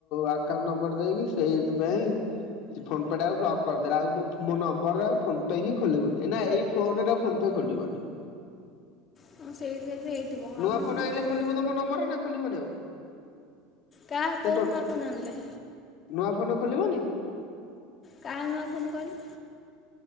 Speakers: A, on the left; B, on the left.
A: ଆକାଉଣ୍ଟ ନମ୍ବର ଦେଇକି ସେଇଥିପାଇଁ ସିଏ ଫୋନ ପେ ଟାକୁ ବ୍ଲକ୍ କରିଦେଲା ଆଉ ମୋ ପ୍ ମୋ ନମ୍ବରରେ ଆଉ ଫୋନ୍ ପେ ହିଁ ଖୋଲିବନି। ଏ ନା ଏଇ ଫୋନରେ ଆଉ ଫୋନ ପେ ଖୋଲିବନି।
B: ହଁ ସେଇ ସକାଶେ ହେଇଥିବ
A: ନୂଆ
B: ଆଉ ନହେଲେ
A: ଫୋନ
B: କଣ।
A: ଆଣିଲେ ଖୋଲିବ ତମ ନମ୍ବରରେ ନା ଖୋଲିବନି ଆଉ।
B: କା
A: ସେ
B: କୋଉ
A: ଟୋ
B: ନୂଆ ଫୋନ୍ ଆଣିଲେ?
A: ନୂଆ ଫୋନରେ ଖୋଲିବନି।
B: କାହା ନୂଆ ଫୋନରେ କହିଲୁ?